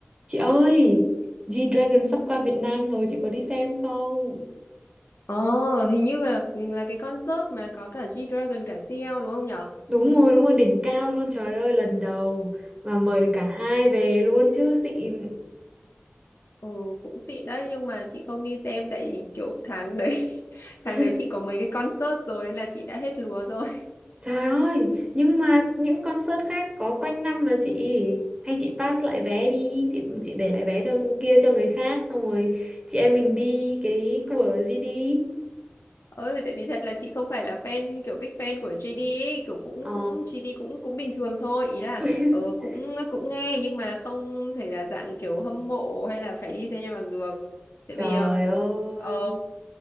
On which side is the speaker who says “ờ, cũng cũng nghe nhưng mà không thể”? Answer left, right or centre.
Left